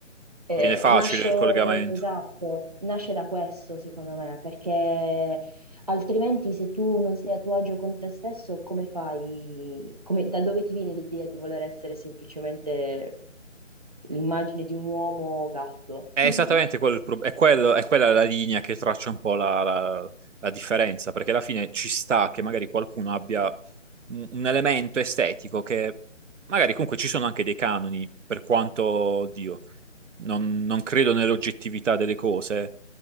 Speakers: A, on the right; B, on the right.
A: Eh,
B: viene facile
A: nasce,
B: il collegamento.
A: esatto, nasce da questo, secondo me, perché Altrimenti, se tu non sei a tuo agio con te stesso, come fai? Come- da dove ti viene l'idea di voler essere semplicemente l'immagine di un uomo gatto?
B: È
A: <laughs>
B: esattamente quello il prob- è, quello- è quella la linea che traccia un po' la, la- la differenza, perché alla fine ci sta che magari qualcuno abbia un, un elemento estetico che magari comunque ci sono anche dei canoni, per quanto, oddio, non, non credo nell'oggettività delle cose,